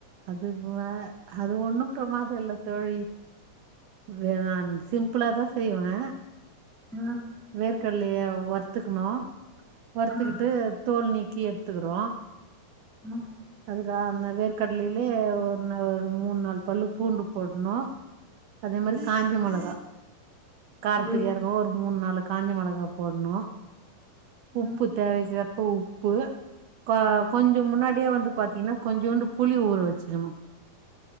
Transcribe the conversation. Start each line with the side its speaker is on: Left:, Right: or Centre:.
Right: அது அது ஒண்ணும் பிரமாதம் இல்ல தோழி வேணா நா சிம்ப்பிளா தான் செய்வேன்
Centre: ஆ
Right: வேர்கல்லய வறுத்துக்கணும் வறுத்துக்கிட்டு
Centre: ஆ
Right: தோல் நீக்கி எடுத்துக்கிறோ
Centre: ம்
Right: அதுக்க அந்த வேர்க்கடலையிலயே ஒ ஒரு மூணு நாள் பல்லு பூண்டு போடணும் அதே மாதிரி காஞ்ச மொளகா காரத்துக்கு
Centre: ம்.
Right: ஏ ஒரு மூணு நாள் காஞ்சி மொளகா் போடணும்
Centre: ஆ.
Right: உப்பு தேவைக்க உப்ப கொஞ்சம் முன்னாடியே வந்து பாத்தீங்கன்னா கொஞ்சோண்டு புளி ஊற வச்சுக்கனு